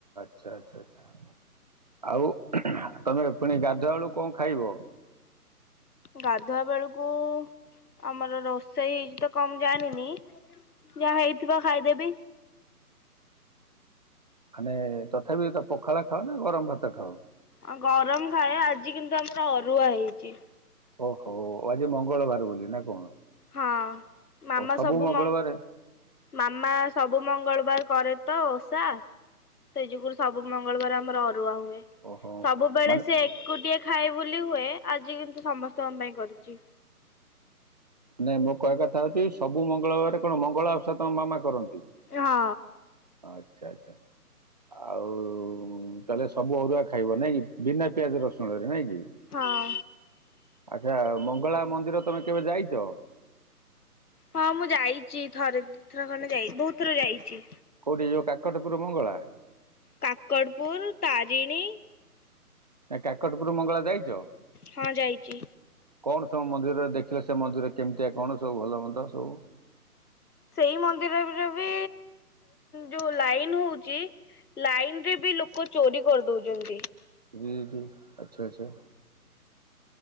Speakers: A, on the right (about 25°); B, on the left (about 70°).
A: ଆଚ୍ଛା ଆଚ୍ଛା ଆଚ୍ଛା ଆଉ ତମେ ଖୁଉ ପୁଣି ଗାଧୁଆଳୁ କଣ ଖାଇବ?
B: ଗାଧୁଆ ବେଳକୁ ଆମର ରୋଷେଇ ହେଇଛି ତ କଣ ଜାଣିନି ଯାହା ହେଇଥିବ ଖାଇଦେବି।
A: ମାନେ ତଥାପି ତ ପଖାଳ ଖାଅ ନା ଗରମ ଭାତ ଖାଅ?
B: ଆଁ ଗରମ ଖାଏ ଆଜି କିନ୍ତୁ ଆମର ଅରୁଆ ହେଇଛି।
A: ଓହୋ ଆଜି ମଙ୍ଗଳବାର ବୋଲି ନା କଣ?
B: ହଁ ମାମା
A: ଓ
B: ସବୁ
A: ମଙ୍ଗଳବାରେ
B: ମ ମାମା ସବୁ ମଙ୍ଗଳବାର କରେ ତ ଓଷା ସେ ଯୁଗରୁ ସବୁ ମଙ୍ଗଳବାର ଆମର ଅରୁଆ ହୁଏ
A: ଓହୋ।
B: ସବୁବେଳେ
A: ମାନେ
B: ସେ ଏକୁଟିଏ ଖାଏ ବୋଲି ହୁଏ ଆଜି କିନ୍ତୁ ସମସ୍ତଙ୍କ ପାଇଁ କରିଚି।
A: ନାଇଁ ମୋ କହିବା କଥା ହଉଛି ସବୁ ମଙ୍ଗଳବାର କଣ ମଙ୍ଗଳା ଓଷା ତମ ମାମା କରନ୍ତି।
B: ହଁ।
A: ଆଚ୍ଛା ଆଚ୍ଛା ଆଉ ତାହେଲେ ସବୁ ଅରୁଆ ଖାଇବ ନାଇଁ କି ବିନା ପିଆଜ ରସୁଣରେ ନାଇଁ କି?
B: ହଁ
A: ଆଛା ମଙ୍ଗଳା ମନ୍ଦିର ତମେ କେବେ ଯାଇ ଚ
B: ହଁ ମୁଁ ଯାଇଛି ଥରେ ଦି ଥର ଖଣ୍ଡେ ଯାଇଛି ବହୁତ ଥର ଯାଇଛି।
A: କୋଉଠି କି ଯୋଉ କାକଟପୁର ମଙ୍ଗଳା?
B: କାକଟପୁର ତାରିଣୀ
A: ନା କାକଟପରୁ ମଙ୍ଗଳା ଯାଇ ଛ
B: ହଁ ଯାଇଛି।
A: କଣ ସବୁ ମନ୍ଦିରରେ ଦେ ସେ ମନ୍ଦିର କେମିତିଆ କଣ ସବୁ ଭଲ ମନ୍ଦ ସବୁ?
B: ସେଇ ମନ୍ଦିରରେ ବି ଯୋଉ ଲାଇନ୍ ହଉଛି ଲାଇନ୍ ରେ ବି ଲୋକ ଚୋରି କରିଦଉଛନ୍ତି।
A: ହୁଁ ହୁଁ ଆଛା ଆଛା।